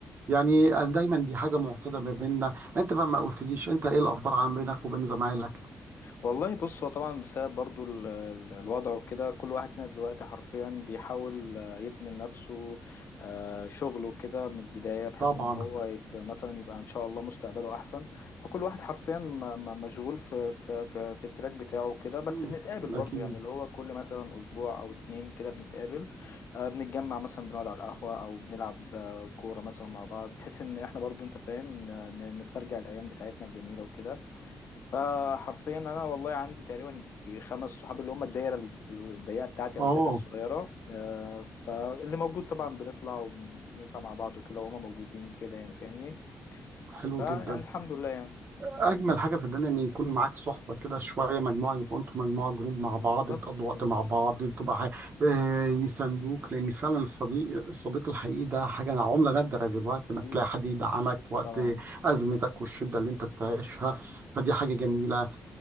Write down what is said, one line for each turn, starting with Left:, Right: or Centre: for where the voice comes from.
Right: يعني أنا دايما دي حاجه معتاده ما بيننا انت بقى ما قلتليش انت ايه الاخبار عن بينك وبين زمايلك
Left: والله بص هو طبعا بسبب برضو ال- ال- الوضع وكده كل واحد فينا دلوقتي حرفيا بيحاول آه، يبني لنفسه آه، شغله كده من البداية بحيث
Right: طبعا
Left: ان هو يت مثلا يبقى ان شاء الله مستقبله احسن فكل واحد حرفيا م- م- مشغول في في في, في التراك بتاعه كده بس
Right: مم،
Left: بنتقابل
Right: اكيد
Left: برضو يعني اللي هو كل مثلا اسبوع او اتنين كده بنتقابل آه، بنتجمع مثلا بنقعد على القهوة او بنلعب آه، كورة مثلا مع بعض بحيث ان احنا برضو انت فاهم ن- ن- نسترجع الايام بتاعتنا الجميلة وكده آه حرفيا انا والله عندي تقريبا خمس صحاب اللي هم الدايره الضيقه بتاعتي او
Right: اه
Left: الدايره الصغيره آه فاللي موجود طبعا بنطلع ونطلع مع بعض وكده وهم موجودين كده يعني فاهمني
Right: حلو
Left: فيعني
Right: جدا
Left: الحمد لله يعني
Right: اجمل حاجه في الدنيا ان يكون معاك صحبه كده شويه مجموعه يبقوا انتوا مجموعه جروب مع
Left: بالظبط
Right: بعض بتقضوا وقت
Left: بالظبط
Right: مع بعض بتبقى ح- آه، يساندوك لان فعلا الصديق الصديق الحقيقي ده حاجه عمله نادره دلوقتي انك
Left: اكيد
Right: تلاقي حد يدعمك
Left: اكيد
Right: في وقت
Left: طبعا
Right: ازمتك والشده اللي انت بتعيشها فدي حاجه جميله